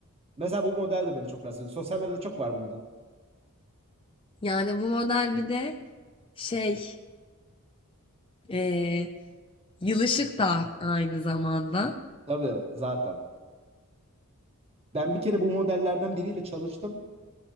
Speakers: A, on the right (about 25°); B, on the left (about 25°).
A: Mesela bu model de beni çok rahatsız ediyor. Sosyal medyada çok var bundan.
B: Yani bu model bir de şey eee yılışık da aynı zamanda.
A: Tabii zaten. Ben bir kere bu modellerden biriyle çalıştım.